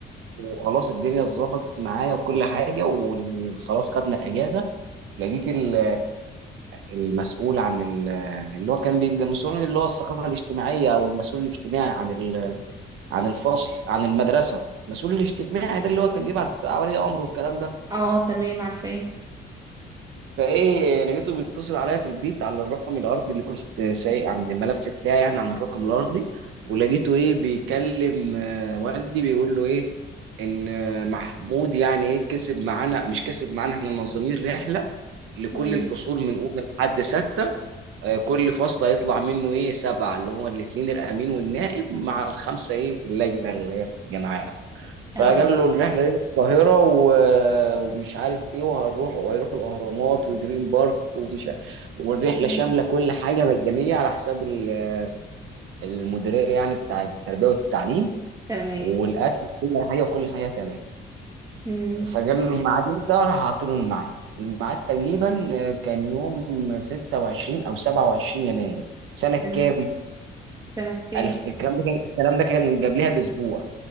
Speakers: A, on the right; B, on the right.
A: وخلاص الدنيا اتظبطت معايا وكل حاجه وخلاص خدنا الاجازه لقيت ال- المسؤول عن ال- اللي هو كان بيبقى مسؤول اللي هو الثقافة الاجتماعية أو المسؤول الاجتماعي عن ال- عن الفصل عن المدرسة المسؤول الاجتماعي ده اللي هو كان بيبعت الساعة ولي أمره والكلام ده
B: اه تمام عارفاه
A: فإيه لقيته بيتصل عليا في البيت على الرقم الأرضي اللي كنت سايق عن الملف بتاعي يعني عن الرقم الأرضي ولقيته إيه بيكلم آه، والدي بيقول له إيه إن آه، محمود يعني إيه كسب معانا مش كسب معانا إحنا منظمين رحلة لكل
B: مم.
A: الفصول من أولى لحد ستة آه، كل فصل هيطلع منه ايه سبعه اللي هو الاثنين الامين والنائب مع الخمسه ايه اللجنه اللي هي بتبقى معاهم فقال
B: اه
A: له الرحله دي القاهره و- ومش عارف ايه وهنروح وهيروحوا الاهرامات ودريم بارك ومش ع- والرحله
B: مم.
A: شامله كل حاجه مجانيه على حساب ال- المديريه يعني بتاع التربيه والتعليم
B: تمام
A: والاكل وكل حاجه وكل حاجه تمام
B: مم.
A: فقال له الميعاد امتى راح حاطين له الميعاد الميعاد تقريبا آه، كان يوم 26 او 27 يناير سنة
B: تمام.
A: كام؟
B: سنة كام؟
A: الف... الكلام ده كان الكلام ده كان قبلها باسبوع